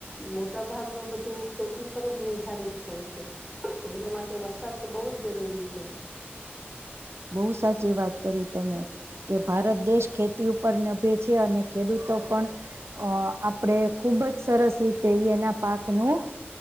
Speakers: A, in the centre; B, on the right (about 85°).
A: મોટા ભાગ ન બધું ખેતી પર જ નિર્ધારિત હોય છે. તો એના માટે વરસાદ તો બહુ જ જરૂરી છે.
B: બહુ સાચી વાત કરી તમે કે ભારત દેશ ખેતી ઉપર નભે છે અને ખેડૂતો પણ અ આપણેે ખુબ જ સરસ રીતે એના પાકનું